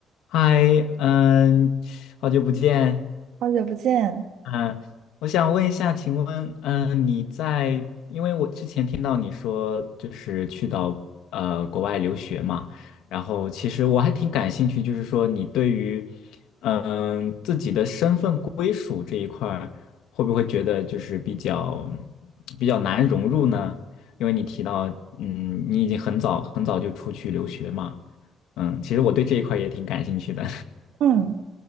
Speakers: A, on the left; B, on the right.
A: 嗨，嗯，好久不见，
B: 好久不见，
A: 嗯，我想问一下，请问，嗯，你在，因为我之前听到你说就是去到呃国外留学嘛，然后其实我还挺感兴趣，就是说你对于嗯自己的身份归属这一块儿，会不会觉得就是比较比较难融入呢？因为你提到，嗯，你已经很早很早就出去留学嘛，嗯，其实我对这一块儿也挺感兴趣的，
B: 嗯，